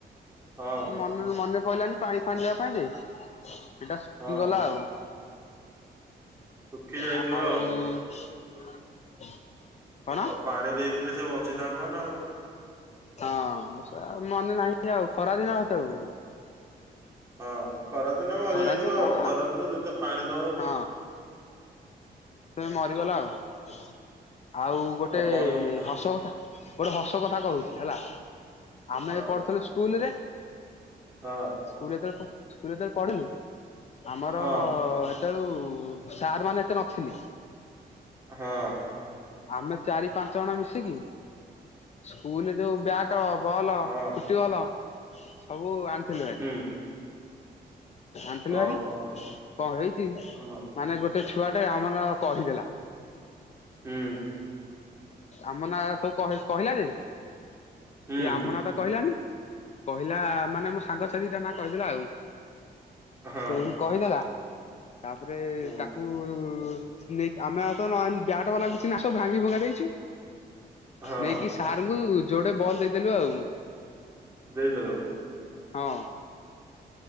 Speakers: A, on the right (about 15°); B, on the left (about 40°).
A: ହଁ
B: ଆଉ ମନ ମନେ ପଇଲାନି ପାଣି ଫାଣି ଦେବା ପାଇଁ ଯେ ସେଇଟା ଶୁଖିଗଲା
A: ହଁ
B: ଆଉ।
A: ଶୁଖି
B: ଆଉ।
A: ଯାଇଥିବ ଆଉ
B: କଣ
A: ଆଉ ପାଣି ଦେଇଥିଲେ ସେ ବଞ୍ଚିଥାନ୍ତା ନା ଆଉ।
B: ହଁ ସେ ମନେ ନାହିଁ ଆଉ ଖରା ଦିନ ସେତେବେଳକୁ।
A: ହଁ ଖରାଦିନ ମରିଯାଇଥିବ
B: ଖରାଦିନ କଣ
A: ଆଉ ଖରାଦିନ ଯେତେ ପାଣି ଦବ।
B: ହଁ। ସେ ମରିଗଲା ଆଉ ଆଉ ଗୋଟେ
A: କଣ ଦରକାର
B: ହସ କଥା। ଗୋଟେ ହସ କଥା କହୁଛି ହେଲା ଆମେ
A: ହଁ
B: ଯେ ପଢୁଥିଲୁ ସ୍କୁଲ ରେ।
A: ହଁ।
B: ସ୍କୁଲ ଯେତେବେଳେ ପ ସ୍କୁଲ ଯେତେବେଳେ ପଢିଲୁ ଆମର।
A: ହଁ
B: ତେଉ ସାର୍ ମାନେ ଏତେ ନଥିଲେ।
A: ହଁ।
B: ଆମେ ଚାରି ପାଞ୍ଚ ଜଣ ମିଶିକି ସ୍କୁଲରେ ଯୋଉ ବ୍ୟାଟ୍ ଟ ବଲ୍
A: ହଁ
B: ଫୁଟୁବଲ ସବୁ ଆଣିଥିଲୁ ଭାରି।
A: ହୁଁ
B: ଆଣିଥିଲୁ
A: ଓହୋ।
B: ଭାରି କଣ ହେଇଛି
A: ହଁ
B: ମାନେ ଗୋଟେ ଛୁଆ ଟେ ଆମ ନ କହିଦେଲା।
A: ହୁଁ।
B: ଆମ ନାଁ ସବୁ କହେ କହିଲା ଯେ ସିଏ
A: ହୁଁ
B: ଆମ ନାଁ ତ କହିଲାନି। କହିଲା ମାନେ ମୋ ସାଙ୍ଗଛୁଆ ଦିଟା ନା କହିଦେଲା ଆଉ
A: ହଁ
B: ସେ କହିଦେଲା ତାପରେ
A: ହୁଁ
B: ତାକୁ। ନେଇ କି ଆମେ ଆଇ ତ ନ ବ୍ୟାଟ୍ ବଲ ଆଉ କିଛିଁ ନାଇ ସବୁ ଭାଙ୍ଗି ଭୁଙ୍ଗା ଦେଇଛୁ।
A: ହଁ
B: ନେଇକି ସାରଙ୍କୁ ଯୋଡେ ବଲ ଦେଇଦେଲୁ ଆଉ।
A: ଦେଇଦେଲ।
B: ହଁ।